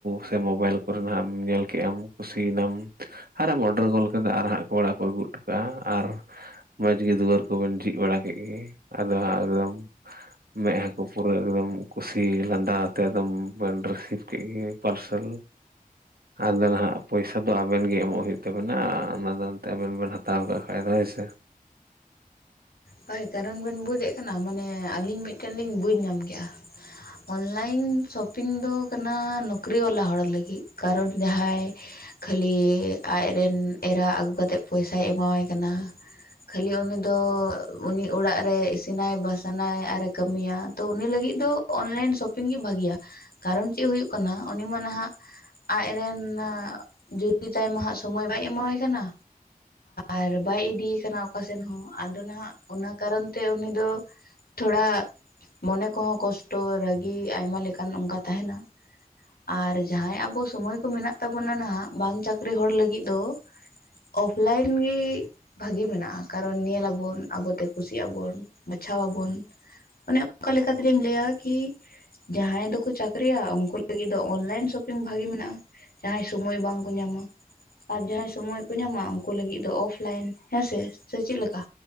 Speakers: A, on the right; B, on the left.
A: ᱥᱮ ᱢᱳᱵᱟᱭᱤᱞ ᱠᱚᱨᱮ ᱱᱟᱦᱟᱜ ᱮᱢ ᱧᱮᱞ ᱠᱮᱜᱼᱟᱢ ᱠᱩᱥᱤᱭᱱᱟᱢ ᱟᱨᱮᱢ ᱚᱰᱟᱨ ᱜᱚᱫ ᱠᱮᱫᱟ ᱟᱨ ᱦᱟᱸᱜ ᱚᱲᱟᱜ ᱠᱚ ᱟᱹᱜᱩ ᱦᱚᱴᱚ ᱠᱟᱜᱼᱟ᱾ ᱟᱨ ᱢᱚᱸᱡᱽᱜᱤ ᱫᱩᱣᱟᱹᱨ ᱠᱚᱵᱮᱱ ᱡᱷᱤᱡ ᱵᱟᱲᱟ ᱠᱮᱫ ᱜᱮ ᱟᱫᱚ ᱦᱟᱸᱜ ᱮᱠᱫᱚᱢ ᱢᱮᱫᱦᱟ ᱯᱩᱨᱟᱹ ᱮᱠᱫᱚᱢ ᱠᱩᱥᱤ ᱞᱟᱸᱫᱟ ᱟᱛᱮ ᱮᱠᱫᱚᱢ ᱵᱮᱱ ᱨᱤᱥᱤᱵᱷ ᱠᱮᱫ ᱜᱮ ᱯᱟᱨᱥᱮᱞ ᱟᱫᱚ ᱱᱟᱦᱟᱜ ᱯᱚᱭᱥᱟ ᱫᱚ ᱟᱵᱮᱱ ᱜᱮ ᱮᱢᱚᱜ ᱦᱩᱭᱩᱜ ᱛᱟᱵᱮᱱᱟ ᱚᱱᱟᱫᱚ ᱮᱱᱛᱮ ᱟᱵᱮᱱ ᱵᱮᱱ ᱦᱟᱛᱟᱣ ᱠᱟᱜ ᱠᱷᱟᱭ ᱫᱚ ᱦᱳᱭ ᱥᱮ᱾
B: ᱦᱳᱭ ᱠᱟᱨᱚᱱ ᱵᱮᱱ ᱵᱩᱡᱮᱫ ᱠᱟᱱᱟ ᱢᱟᱱᱮ ᱟᱹᱞᱤᱧ ᱢᱤᱫᱴᱮᱱ ᱞᱤᱧ ᱵᱩᱡᱽ ᱧᱟᱢ ᱠᱮᱫᱼᱟ᱾ ᱚᱱᱞᱟᱭᱤᱱ ᱥᱚᱯᱤᱝ ᱫᱚ ᱠᱟᱱᱟ ᱱᱚᱠᱨᱤ ᱵᱟᱞᱟ ᱦᱚᱲ ᱞᱟᱹᱜᱤᱫ ᱠᱟᱨᱚᱱ ᱡᱟᱦᱟᱸᱭ ᱠᱷᱟᱹᱞᱤ ᱟᱡᱨᱮᱱ ᱮᱨᱟ ᱟᱹᱜᱩ ᱠᱟᱛᱮᱫ ᱯᱚᱭᱥᱟᱭ ᱮᱢᱟᱣᱟᱭ ᱠᱟᱱᱟ᱾ ᱠᱷᱟᱞᱤ ᱩᱱᱤ ᱫᱚ ᱩᱱᱤ ᱚᱲᱟᱜ ᱨᱮ ᱤᱥᱤᱱᱟᱭ ᱵᱟᱥᱟᱱᱟᱭ ᱟᱨᱮ ᱠᱢᱤᱭᱟ ᱛᱚ ᱩᱱᱤ ᱞᱟᱹᱜᱤᱫᱟᱜ ᱫᱚ ᱚᱱᱞᱟᱭᱤᱱ ᱥᱚᱯᱤ ᱦᱟᱯᱤᱱ ᱜᱮ ᱵᱷᱟᱹᱜᱤᱭᱟ ᱠᱟᱨᱚᱱ ᱪᱮᱫ ᱦᱩᱭᱩᱜ ᱠᱟᱱᱟ ᱩᱱᱤ ᱢᱟ ᱱᱟᱦᱟᱜ ᱟᱡᱨᱮᱱ ᱡᱩᱨᱤ ᱛᱟᱭᱢᱟ ᱦᱟᱸᱜ ᱥᱚᱢᱚᱭ ᱵᱟᱭ ᱮᱢᱟᱣᱟᱭ ᱠᱟᱱᱟ᱾ ᱟᱨ ᱵᱟᱭ ᱤᱫᱤᱭᱮ ᱠᱟᱱᱟ ᱚᱠᱟᱥᱮᱫ ᱦᱚᱸ ᱟᱫᱚ ᱱᱟᱦᱟᱜ ᱚᱱᱟ ᱠᱟᱨᱚᱱ ᱛᱮ ᱩᱱᱤ ᱫᱚ ᱛᱷᱚᱲᱟ ᱢᱚᱱᱮ ᱠᱚᱦᱚᱸ ᱠᱚᱥᱴᱚ ᱨᱟᱹᱜᱤ ᱟᱭᱢᱟ ᱞᱮᱠᱟᱱ ᱚᱱᱠᱟ ᱛᱟᱦᱮᱱᱟ᱾ ᱟᱨ ᱡᱟᱦᱟᱸᱭ ᱟᱵᱚ ᱥᱚᱢᱚᱭ ᱠᱚ ᱢᱮᱱᱟᱜ ᱛᱟᱵᱚᱱᱟ ᱱᱟᱦᱟᱜ ᱵᱟᱝ ᱪᱟᱹᱠᱨᱤ ᱦᱚᱲ ᱞᱟᱹᱜᱤᱫ ᱫᱚ ᱚᱯᱷᱞᱟᱭᱤᱱ ᱜᱮᱤ ᱵᱷᱟᱜᱤ ᱢᱮᱱᱟᱜᱼᱟ ᱠᱟᱨᱚᱱ ᱧᱮᱞᱟᱵᱚᱱ ᱟᱵᱚ ᱠᱩᱥᱤᱭᱟᱜ-ᱟ ᱵᱚᱱ ᱵᱟᱪᱷᱟᱣᱣᱟᱵᱚᱱ ᱚᱱᱮ ᱚᱱᱠᱟ ᱞᱮᱠᱟᱛᱮᱧ ᱞᱟᱹᱭᱟ ᱠᱤ ᱡᱟᱦᱟᱸᱭ ᱫᱚᱠᱚ ᱪᱟᱹᱠᱨᱤᱭᱟ ᱩᱱᱠᱩ ᱞᱟᱹᱜᱤᱫ ᱫᱚ ᱚᱱᱞᱟᱭᱤᱱ ᱥᱚᱯᱤᱝ ᱵᱷᱟᱜᱤ ᱢᱮᱱᱟᱜᱼᱟ᱾ ᱡᱟᱦᱟᱸᱭ ᱥᱳᱢᱳᱭ ᱵᱟᱝᱠᱚ ᱧᱟᱢᱟ ᱟᱨ ᱡᱟᱦᱟᱸᱭ ᱥᱳᱢᱳᱭ ᱠᱚ ᱧᱟᱢᱟ ᱩᱱᱠᱩ ᱞᱟᱹᱜᱤᱫ ᱫᱚ ᱚᱯᱷ ᱞᱟᱭᱤᱱ ᱦᱮᱸᱥᱮ ᱥᱮ ᱪᱮᱫ ᱞᱮᱠᱟ?